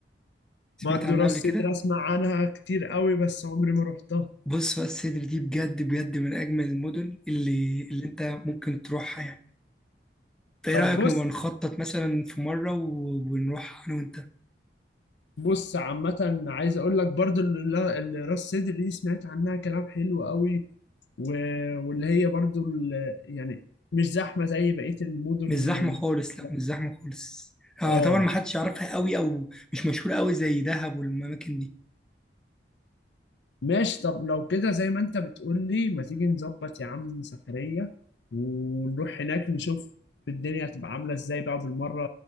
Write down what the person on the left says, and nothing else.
برضه
راس
سدر اسمع عنها كتير قوي بس عمري ما رحتها
طب
بص
بص عامة عايز اقول لك برضو اللي اللي راس صدر دي سمعت عنها كلام حلو قوي و... واللي هي برضو ال... يعني مش زحمة زي بقية المدن
اللي-
لا.
اه
ماشي طب لو كده زي ما انت بتقول لي ما تيجي نظبط يا عم سفرية ونروح هناك نشوف الدنيا هتبقى عاملة ازاي بقى بالمرة